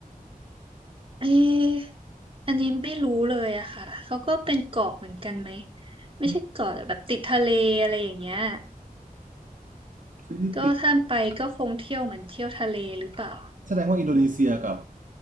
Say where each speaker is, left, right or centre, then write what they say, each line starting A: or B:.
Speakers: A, on the right (about 35°); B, on the right (about 60°).
A: เอ๊ะอันนี้ไม่รู้เลยอะค่ะเขาก็เป็นเกาะเหมือนกันไหม ไม่ใช่เกาะแต่แบบติดทะเลอะไรอย่างเงี้ย
B: อืมฟิลิปปินส์
A: ก็ถ้าไปก็คงเที่ยวเหมือนเที่ยวทะเลหรือเปล่า
B: แสดงว่าอินโดนีเซียกับ